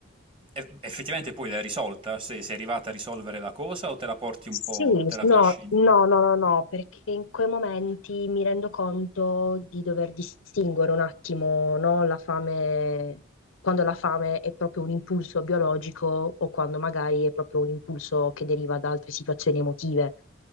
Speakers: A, on the right; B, on the left.
A: eff- effettivamente poi l'hai risolta? Sei, sei arrivata a risolvere la cosa o te la porti
B: Sì,
A: un po',
B: no,
A: te la trascini?
B: no, no, no, no, perché in quei momenti mi rendo conto di dover distinguere un attimo, no, la fame, quando la fame è proprio un impulso biologico o quando magari è proprio un impulso che deriva da altre situazioni emotive.